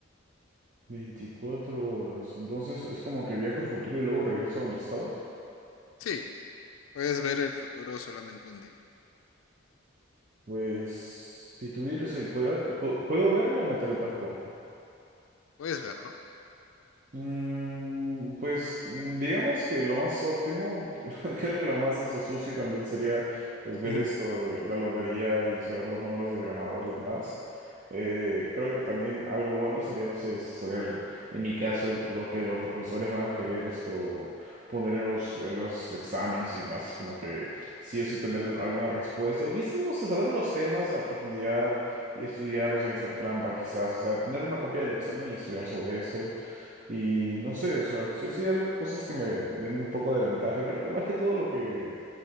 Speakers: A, on the right (about 40°); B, on the left (about 80°).
A: 24 horas, entonces es como que viajo al futuro y luego regreso a donde estaba.
B: Sí, puedes ver el futuro solamente un día.
A: Pues si tuviera el poder, ¿pu- ¿puedo verlo o me teletransporto?
B: Puedes verlo,
A: Mm, pues mm, digamos que lo más óptimo, <laughs> creo que lo más eso sucio también sería pues ver
B: Ujú.
A: esto, eh, la lotería y saber los números del ganador y demás. Eh, creo que también algo bueno sería, no sé, saber en mi caso lo que los profesores van a querer esto poner en los, en los exámenes y demás, es como que sí o sí tendré alguna respuesta, o quizás, no sé, saber los temas a profundidad y estudiarlos sin hacer trampa, quizás, o sea, tener una copia del examen y estudiar sobre eso. Y no sé, o sea, si yo sí algo, cosas que me den un poco de ventaja. Creo que más que todo lo que